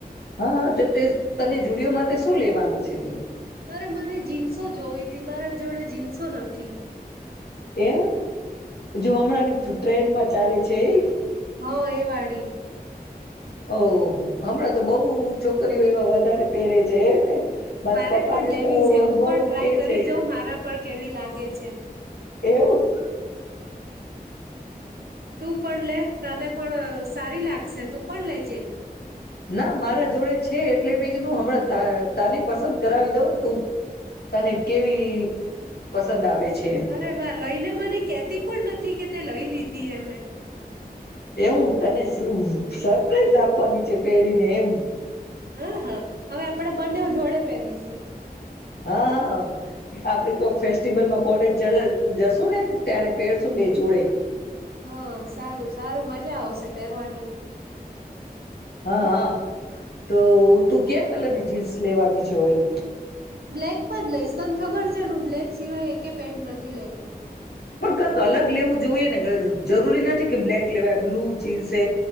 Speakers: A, on the left (about 80°); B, on the right (about 75°).
A: હા તો તે તને જુડિયોમાં શું લેવાનું છે? છે.
B: અરે મને જીન્સો જોવી ત મારા જોડે જીન્સો નથી.
A: એમ જો હમણાં ની ટ્રેન માં ચાલે છે એ
B: હ એ વાડી.
A: ઓહ હમણાં તો બહુ છોકરીઓ એવા વધારે પહેરે છે એમને મારા
B: મારે
A: પપ્પા
B: પણ
A: ને
B: લેવી
A: તો
B: છે હું
A: બહુ
B: પણ ટ્રાય
A: કે
B: કરી
A: છે
B: જાઉં મારા પણ કેવી લાગે છે
A: એવું
B: તું પણ લે તને પણ સારી લાગશે તું પણ લેજે
A: ના મારા જોડે છે એટલે પું હમણાં તાને પસંદ કરાવી દઉં ને તું તાને કેવી પસંદ આવે છે. એમ
B: અરે વા લઈને મને કેતી પણ નથી કે તે લઈ લીધી એ મેં
A: એવું તને શું સરપ્રાઈઝ આપવાની છે પહેરીને એમ
B: હા હા હવે આપણે બંને જોડે પહેરીશું.
A: હા હા, આપડ કોક ફેસ્ટિવલમાં કોલેજ જશું ને ત્યારે પહેરશું બે જોડે.
B: હા સારું સારું મ મજા આવશે પહેરવાની.
A: હા હા તો તું ક્યા કલરની જીન્સ લેવાની છે એમ
B: બ્લેક પદ લઈશ તોને ખબર જનું બ્લેક સિવાય એક પેન્ટ નથી લેતી.
A: પણ કઈક અલગ લેવું જોઈએ ને જરૂરી નથી કે બ્લેક લેવાય બ્લુ જીન્સે